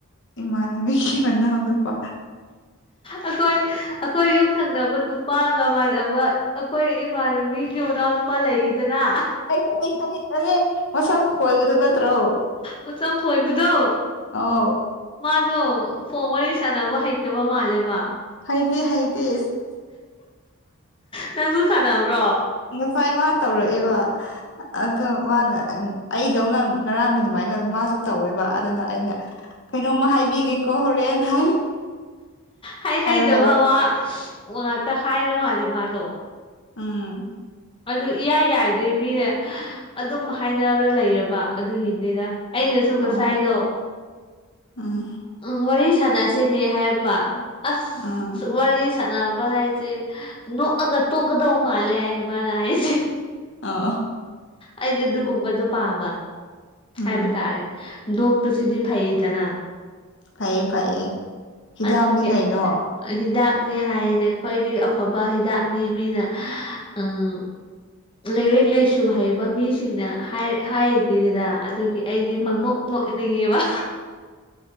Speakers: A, on the left (about 55°); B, on the left (about 25°).
A: ꯏꯃꯥꯟꯅꯕꯤꯒꯤ ꯃꯅꯥꯎꯅꯨꯄꯥ
B: ꯑꯩꯈꯣꯏ ꯑꯩꯈꯣꯏ ꯌꯨꯝꯊꯪꯅꯕ ꯅꯨꯄꯥꯒ ꯃꯥꯟꯅꯕ ꯑꯩꯈꯣꯏ ꯏꯃꯥꯟꯅꯕꯤꯒꯤ ꯃꯅꯥꯎ ꯅꯨꯨꯄꯥ ꯂꯩꯏꯗꯅ
A: <unintelligible> ꯈꯪꯉ‌ꯦ ꯈꯪꯉ‌ꯦ ꯃꯁꯝ ꯈꯣꯏꯕꯗꯨ ꯅꯠꯇ꯭ꯔꯣ
B: ꯃꯆꯝ ꯈꯣꯏꯕꯗꯣ
A: ꯑꯥꯎ
B: ꯃꯥꯗꯣ ꯐꯣꯟ ꯋꯥꯔꯤ ꯁꯥꯟꯅꯕ ꯍꯩꯇꯕ ꯃꯥꯜꯂꯦꯕ
A: ꯍꯩꯗꯤ ꯍꯩꯗꯤ
B: ꯅꯪꯁꯨ ꯁꯥꯟꯅꯕꯅꯕ꯭ꯔꯣ
A: ꯉꯁꯥꯏ ꯃꯥ ꯇꯧꯔꯛꯏꯕ ꯑꯗ‌ꯣ ꯃꯥꯅ ꯑꯩꯗꯧꯅ ꯉꯔꯥꯡꯒꯤ ꯑꯗꯨꯃꯥꯏꯅ ꯃꯥꯁꯨ ꯇꯧꯋꯦꯕ ꯑꯗꯨꯅ ꯑꯩꯅ ꯀꯩꯅꯣꯝꯃ ꯍꯥꯏꯕꯤꯒꯦꯀꯣ ꯍꯣꯔꯦꯟ ꯍꯥꯏ
B: ꯍꯩ ꯍꯩꯗꯕ
A: ꯍꯥꯏꯔꯣ ꯍꯥꯏꯔꯣ
B: ꯋꯥ ꯉꯥꯛꯇ ꯍꯥꯏꯔ ꯃꯥꯜꯂꯦ ꯃꯥꯗꯣ
A: ꯎꯝ
B: ꯑꯗꯨ ꯏꯌꯥ ꯌꯥꯏꯗ꯭ꯔꯦ ꯃꯤꯅꯦ ꯑꯗꯨꯝ ꯍꯥꯏꯅꯔ ꯂꯩꯔꯕ ꯑꯗꯨꯒꯤꯅꯤꯗ ꯑꯩꯅꯁꯨ
A: ꯑꯣ
B: ꯉꯁꯥꯏꯗꯣ
A: ꯎꯝ
B: ꯎꯝ ꯋꯥꯔꯤ ꯁꯥꯟꯅꯁꯤꯅꯦ ꯍꯥꯏꯕ ꯑꯁ
A: ꯎꯝ
B: ꯋꯥꯔꯤ ꯁꯥꯟꯅꯕ ꯍꯥꯏꯖ‌ꯦ ꯅꯣꯛꯑꯒ ꯇꯣꯛꯀꯗꯧ ꯃꯥꯜꯂꯦ ꯍꯥꯏꯌꯦ ꯃꯥꯅ ꯍꯥꯏꯖ‌ꯦ
A: ꯑꯣꯑꯣ
B: ꯑꯩꯗꯤ ꯑꯗꯨꯒꯨꯝꯕꯗꯨ ꯄꯥꯝꯕ
A: ꯎꯝ
B: ꯍꯥꯏꯕ ꯇꯥꯔꯦ ꯅꯣꯛꯄꯁꯤꯗꯤ ꯐꯩꯗꯅ
A: ꯐꯩꯌꯦ ꯐꯩꯌꯦ ꯍꯤꯗꯥꯛꯅꯤ
B: ꯑꯗꯨꯒꯤ
A: ꯀꯩꯅꯣ
B: ꯍꯤꯗꯥꯛꯅꯦ ꯍꯥꯏꯅꯦ ꯈ‌꯭ꯋꯥꯏꯗꯒꯤ ꯑꯐꯕ ꯍꯤꯗꯥꯛꯅꯤ ꯃꯤꯅ ꯎꯝ ꯂꯩꯔꯤꯛ ꯂꯥꯏꯁꯨ ꯍꯩꯕ ꯃꯤꯁꯤꯡꯅ ꯍꯥꯏ ꯍꯥꯏꯔꯤꯅꯤꯗꯅ ꯑꯗꯨꯒꯤ ꯑꯩꯗꯤ
A: ꯎꯝ
B: ꯄꯪꯅꯣꯛ ꯅ‌ꯣꯛꯑꯦ ꯅꯤꯡꯉ‌ꯦꯕꯥ